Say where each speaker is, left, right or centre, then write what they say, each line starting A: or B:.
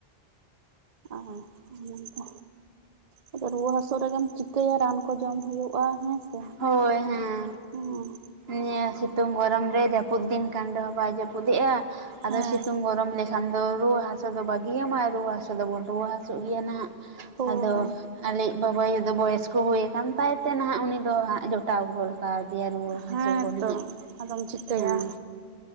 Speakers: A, on the right (about 45°); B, on the right (about 70°).
A: ᱟ ᱱᱚᱝᱠᱟ ᱟᱫᱚ ᱨᱩᱣᱟᱹ ᱦᱟᱹᱥᱩᱜ ᱨᱮᱜᱮᱢ ᱪᱤᱠᱟᱹᱭᱟ ᱨᱟᱱ ᱠᱚ ᱡᱚᱢ ᱦᱩᱭᱩᱜᱼᱟ ᱦᱮᱸ ᱥᱮ
B: ᱦᱳᱭ ᱦᱮᱸ
A: ᱦᱮᱸ
B: ᱱᱤᱭᱟᱹ ᱥᱤᱛᱩᱝ ᱜᱚᱨᱚᱢ ᱨᱮ ᱡᱟᱹᱯᱩᱫ ᱫᱤᱱ ᱠᱟᱱ ᱨᱮᱦᱚᱸ ᱵᱟᱭ ᱡᱟᱹᱯᱩᱫᱮᱜᱼᱟ᱾ ᱟᱫᱚ
A: ᱦᱮᱸ
B: ᱥᱤᱛᱩᱝ ᱜᱚᱨᱚᱢ ᱞᱮᱠᱷᱟᱱ ᱫᱚ ᱨᱩᱣᱟᱹ ᱦᱟᱹᱥᱩ ᱦᱟᱥᱩ ᱫᱚ ᱵᱟᱹᱜᱤᱭᱟᱢᱟ ᱨᱩᱣᱟᱹ ᱦᱟᱹᱥᱩ ᱫᱚᱵᱚᱱ ᱨᱩᱣᱟᱹ ᱦᱟᱹᱥᱩᱜ ᱜᱮᱭᱟ ᱱᱟᱦᱟᱜ
A: ᱦᱳᱭ
B: ᱟᱫᱚ ᱟᱞᱮ ᱤᱡ ᱵᱟᱵᱟᱭᱩ ᱫᱚ ᱵᱚᱭᱚᱥᱠ ᱠᱚ ᱦᱩᱭ ᱟᱠᱟᱱ ᱛᱟᱭ ᱛᱮ ᱱᱟᱦᱟᱜ ᱩᱱᱤ ᱫᱚ ᱦᱟᱜ ᱡᱚᱴᱟᱣ ᱜᱷᱩᱨ ᱠᱟᱭ ᱱᱤᱭᱟᱹ ᱨᱩᱣᱟᱹ ᱦᱟᱹᱥᱩ
A: ᱦᱮᱸᱛᱚ
B: ᱠᱚᱨᱮᱱᱟᱜ
A: ᱟᱫᱚᱢ ᱪᱤᱠᱟᱹᱭᱟ
B: ᱨᱟᱱ